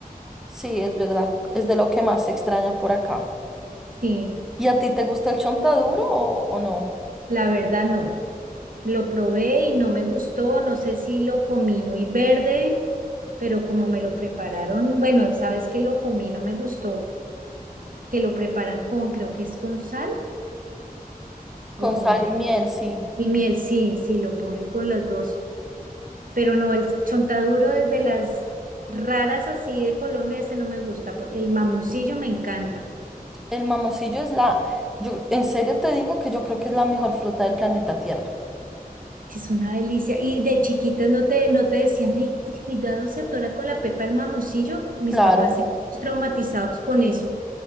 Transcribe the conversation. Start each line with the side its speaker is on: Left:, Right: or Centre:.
Centre: Sí, es verdad, es de lo que más se extraña por acá.
Right: Sí.
Centre: ¿Y a ti te gusta el chontaduro o, o no?
Right: La verdad no. Lo probé y no me gustó. No sé si lo comí muy verde, pero como me lo prepararon, bueno, sabes que lo comí, no me gustó, que lo preparan con, creo que es con sal
Centre: Con
Right: o con
Centre: sal
Right: du-
Centre: y miel, sí.
Right: y miel, sí, sí, lo ponen con las dos. Pero no, el chontaduro es de las raras así de Colombia, ese no me gusta. por- El mamoncillo me encanta.
Centre: El mamoncillo es la, yo en serio te digo que yo creo que es la mejor fruta del planeta Tierra.
Right: que es una delicia. Y de chiquita no te, no te decían, ay cuidado, se atora con la pepa el mamoncillo. Mis
Centre: Claro,
Right: papás se traumatizados con eso,